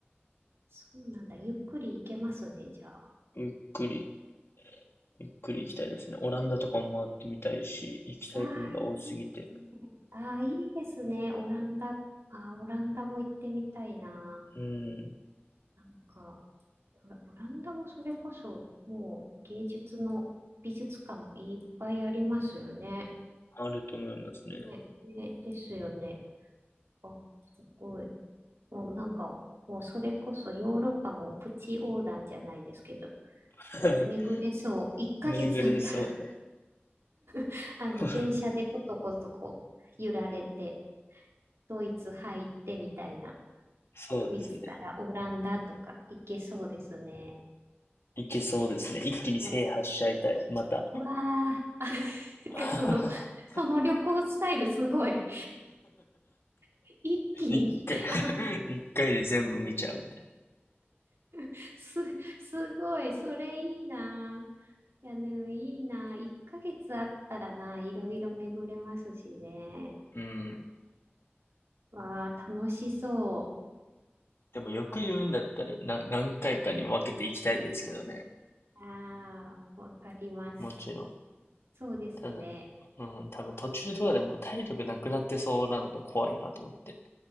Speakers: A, on the right; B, on the left.
A: そうなんだ。ゆっくり行けますね、じゃあ。
B: ゆっくり、ゆっくり行きたいですね。
A: う
B: オランダとかも回ってみたいし、行きたい国が多すぎて。
A: わあ、いいですね。ああ、いいですね。オランダ。あー、オランダも行ってみたいな。
B: うん。
A: なんか、オラ、オランダもそれこそ、もう芸術の美術館もいっぱいありますよね。
B: あると思いますね。
A: ね、ね、ですよね。あ、すごい。もうなんか、もうそれこそヨーロッパもプチ横断じゃないですけど、
B: <laughs>
A: もう巡れそう。1ヶ月あったら
B: 巡れそ
A: <laughs> あの、
B: う。<laughs>
A: 電車でコトコトこう、揺られて、ドイツ入ってみたいな。
B: そうですね。
A: ドイツからオランダとか行けそうですね。
B: いけそうですね。一気に制覇しちゃいたい。
A: わ、
B: また。
A: うわあ、<laughs> なんかその、
B: <laughs>
A: <laughs> その旅行スタイルすごい <laughs> 一気にあ、
B: 一回、一回で全部見ちゃうみたい
A: <laughs> す、すごい、それいいな。いや、でもいいな。1ヶ月あったらな、いろいろ巡れますしね。
B: な。うん。
A: わあ、楽しそ
B: でもよく言うんだったら、な、何回かに分けていきたいですけどね。
A: う。はいああ、わかります。
B: もちろん。
A: そうですね。
B: ただ、うん、多分途中とかでもう体力なくなってそうなのが怖いなと思って。